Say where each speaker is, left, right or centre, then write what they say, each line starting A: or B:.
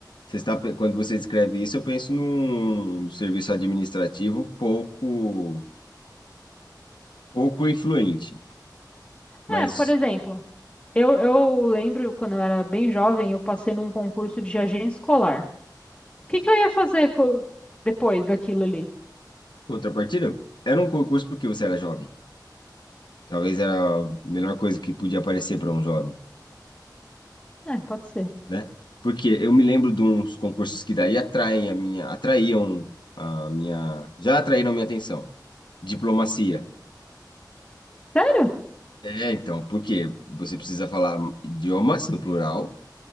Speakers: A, on the left (about 85°); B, on the left (about 20°).
A: Você está, pe- quando você descreve isso, eu penso num serviço administrativo pouco, pouco influente. Mas,
B: É, por exemplo, eu, eu lembro quando eu era bem jovem, eu passei num concurso de agente escolar. que que eu ia fazer co- depois daquilo ali?
A: contrapartida, era um concurso porque você era jovem. Talvez era a melhor coisa que podia aparecer para um jovem.
B: É, pode ser.
A: né? Porque eu me lembro de uns concursos que daí atraem a minha, atraíam a minha, já atraíram a minha atenção. Diplomacia.
B: Sério?
A: É, então, porque você precisa falar idiomas no plural,